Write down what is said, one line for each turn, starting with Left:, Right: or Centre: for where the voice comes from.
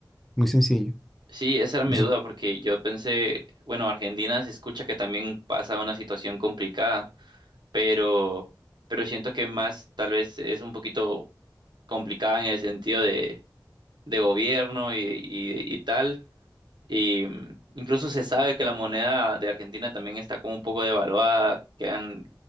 Centre: muy sencillo.
Right: Sí, esa era mi
Centre: Nosotros
Right: duda porque yo pensé, bueno, Argentina se escucha que también pasa una situación complicada, pero, pero siento que más tal vez es un poquito complicada en el sentido de, de gobierno y, y y tal. Y mm, incluso se sabe que la moneda de Argentina también está como un poco devaluada, que han,